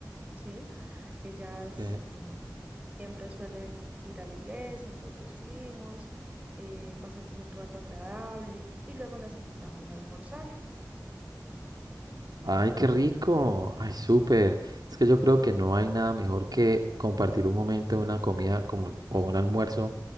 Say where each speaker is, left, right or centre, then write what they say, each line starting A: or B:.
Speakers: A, on the right; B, on the right.
A: ¿sí? Ellas
B: ¿Qué?
A: eh, siempre suelen ir a la iglesia, entonces fuimos, eh, pasamos un rato agradable y luego las invitamos a almorzar.
B: Ay, qué rico. Ay, súper. Es que yo creo que no hay nada mejor que compartir un momento, una comida como, o un almuerzo